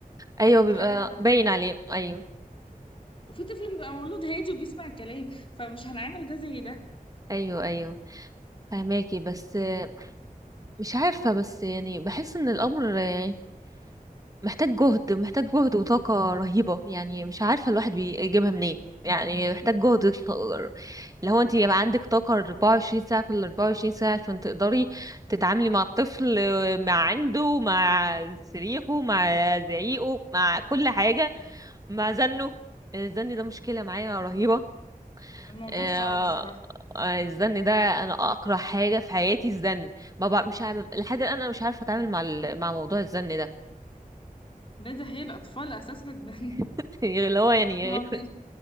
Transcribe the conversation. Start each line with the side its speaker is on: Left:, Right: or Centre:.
Right: ايوه بيبقى
Left: حاجة من العادة.
Right: باين عليه ايوه
Left: وفي طفل بيبقى مولود هادي وبيسمع الكلام فمش هنعمل ده زي ده
Right: ايوه ايوه فهماكي بس آه، مش عارفه بس يعني بحس ان الامر آه، محتاج جهد محتاج جهد وطاقه رهيبه يعني مش عارفه الواحد بيجيبها منين يعني محتاج جهد <laughs> ك- اللي هو انت يبقى عندك طاقه 24 ساعه في ال 24 ساعه عشان تقدري تتعاملي مع الطفل آه، مع عنده مع صريخه مع زعيقه مع كل حاجه مع زنه يعني الزن ده مشكله معايا رهيبه
Left: الموضوع
Right: آه،
Left: صعب صراحة
Right: آه، الزن ده انا اكره حاجه في حياتي الزن ما بقى مش عارف لحد الان انا مش عارفه اتعامل مع ال... مع موضوع الزن ده
Left: ده ده هي الأطفال أساسها الزن
Right: <laughs> اللي هو
Left: <laughs>
Right: يعني
Left: ما بي...